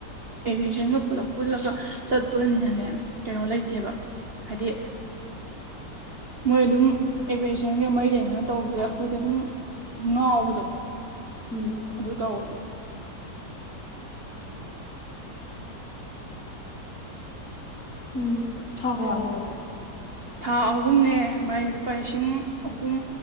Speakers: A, on the right (about 40°); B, on the left (about 55°).
A: ꯑꯦꯚꯌꯦꯁꯟꯒ ꯄꯨꯂꯞ ꯄꯨꯜꯂꯒ ꯆꯠꯄꯅꯤꯅꯅꯦ ꯀꯩꯅꯣ ꯂꯩꯇꯦꯕ ꯍꯥꯏꯗꯤ ꯃꯣꯏ ꯑꯗꯨꯝ ꯑꯦꯚꯔꯦꯁꯟꯒ ꯃꯔꯤ ꯂꯩꯅꯅ ꯇꯧꯈꯤꯕ ꯑꯩꯈꯣꯏꯗ ꯑꯗꯨꯝ ꯉꯥꯎꯕꯗꯣ
B: ꯎꯝ
A: ꯑꯗꯨ ꯇꯧꯋꯦꯕ
B: ꯎꯝ ꯊꯥ ꯈꯔ ꯌꯥꯎ ꯌꯕꯁꯦ
A: ꯊꯥ ꯑꯍꯨꯝꯅꯦ ꯃꯥꯥꯏ ꯂꯨꯄꯥ ꯂꯤꯁꯤꯡ ꯑꯍꯨꯝ